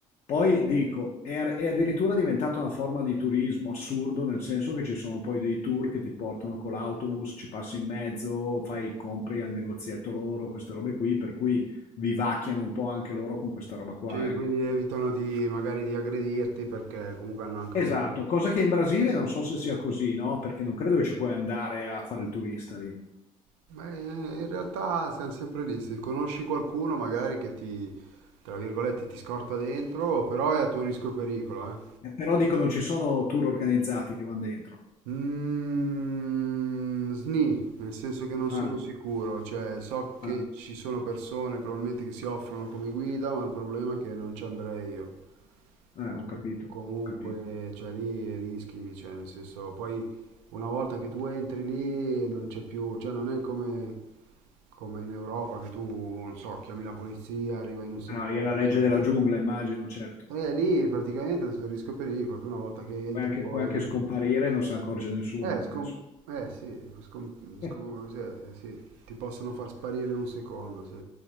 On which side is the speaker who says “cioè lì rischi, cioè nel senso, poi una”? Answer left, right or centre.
Right